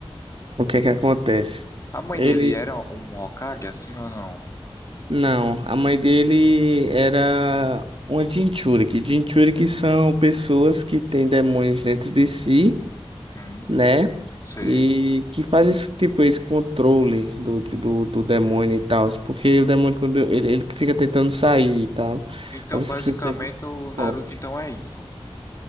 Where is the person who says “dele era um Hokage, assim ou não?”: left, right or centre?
Left